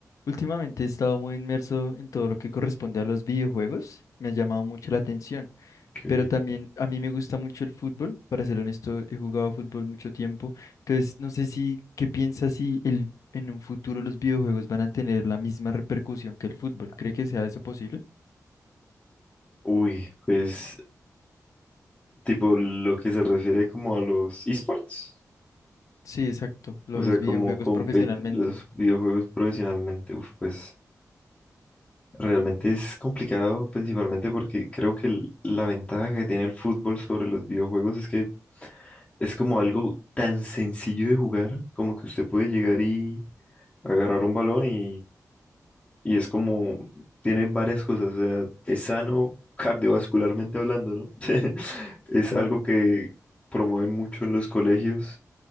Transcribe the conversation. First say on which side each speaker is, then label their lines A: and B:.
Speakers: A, on the left (about 65°); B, on the left (about 20°).
A: Últimamente he estado muy inmerso en todo lo que corresponde a los videojuegos, me ha llamado mucho la atención,
B: Ok.
A: pero también a mí me gusta mucho el fútbol, para ser honesto, he jugado fútbol mucho tiempo, entonces no sé si, ¿qué piensas si el, en un futuro los videojuegos van a tener la misma repercusión que el fútbol? ¿Cree que sea eso posible?
B: Uy, pues tipo lo que se refiere como a los esports,
A: Sí, exacto, lo
B: o sea,
A: ves videojuegos
B: como compet
A: profesionalmente.
B: los videojuegos profesionalmente, uf, pues realmente es complicado principalmente porque creo que el- la ventaja que tiene el fútbol sobre los videojuegos es que es como algo tan sencillo de jugar, como que usted puede llegar y agarrar un balón y Y es como, tiene varias cosas, o sea, es sano cardiovascularmente hablando, ¿no? <laughs> Es
A: Claro,
B: algo que promueven mucho en los colegios,